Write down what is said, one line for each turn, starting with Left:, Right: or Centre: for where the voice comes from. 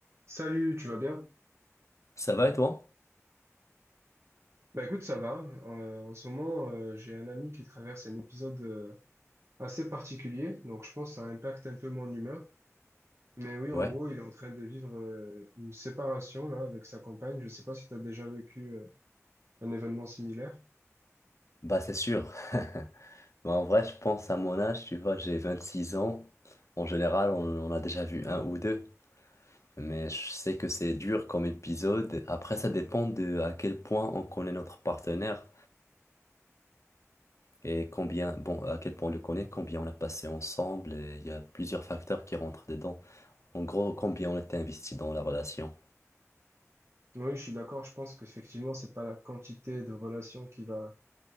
Right: Salut, tu vas bien?
Left: Ça va et toi?
Right: Bah écoute, ça va. Euh, en ce moment, euh, j'ai un ami qui traverse un épisode euh, assez particulier, donc je pense que ça impacte un peu mon humeur. Mais oui, en
Left: Ouais,
Right: gros, il est en train de vivre euh, une séparation là avec sa compagne. Je sais pas si tu as déjà vécu euh, un événement similaire.
Left: bah c'est sûr. <laughs> Bah, en vrai, je pense à mon âge, tu vois, j'ai 26 ans. En général, on, on a déjà vu un ou deux. Mais je sais que c'est dur comme épisode. Après, ça dépend de à quel point on connaît notre partenaire et combien, bon, à quel point on le connaît, combien on a passé ensemble. Et il y a plusieurs facteurs qui rentrent dedans. En gros, combien on était investi dans la relation.
Right: Oui, je suis d'accord. Je pense qu'effectivement, c'est pas la quantité de relations qui va